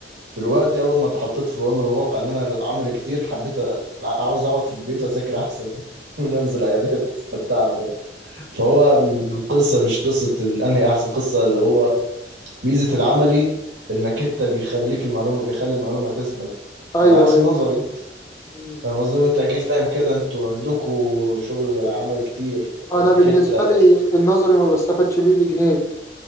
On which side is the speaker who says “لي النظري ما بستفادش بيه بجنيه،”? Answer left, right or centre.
Left